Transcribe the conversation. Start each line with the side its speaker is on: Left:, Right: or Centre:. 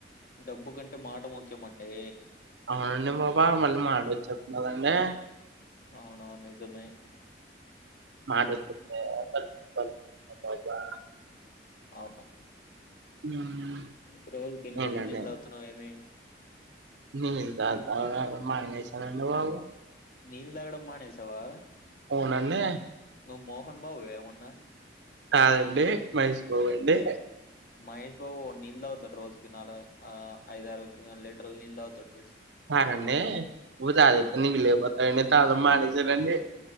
Left: డబ్బు కంటే మాట ముఖ్యమండి
Right: అవునండి బాబా మళ్ళీ మాట వచ్చేతదండి
Left: అవును నిజమే
Right: <unintelligible>
Left: అవు
Right: హ్మ్.
Left: రోజు కిన్ని
Right: ఏంటండి?
Left: లీటర్ నీళ్ళు తాగుతున్నావ్ ఏమి
Right: నీళ్ళు తాగడం మానేశానండి బాబు
Left: నీల్ తాగడం మానేసావా
Right: ఉనండి
Left: ను మోహన్ బాబువా ఎమన్నా
Right: కాదండి మహేష్ బాబండి
Left: మహేష్ బాబు నీల్ దావుతడు రోజికి నాలుగై ఐదారు లీటర్ నీళ్తాగుతాడు
Right: కాదండి తాదతే
Left: ఆ
Right: నికలే అన్నీ తాగడం మానేశానండి